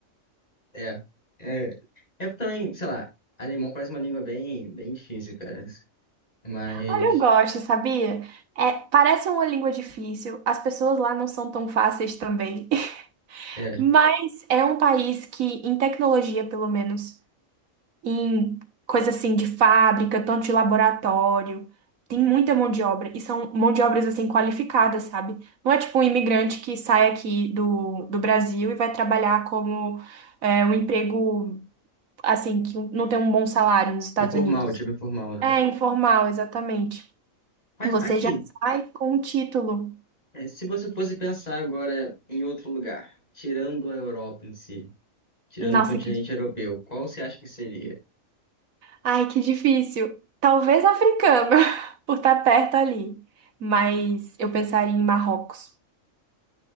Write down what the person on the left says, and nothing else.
É, é, é também, sei lá, alemão parece uma língua bem, bem difícil, cara. Mas.
É,
informal,
tipo informal, né?
Mas
aqui,
é, se você fosse pensar agora em outro lugar, tirando a Europa em si. Tirando
o continente
europeu, qual você acha que seria?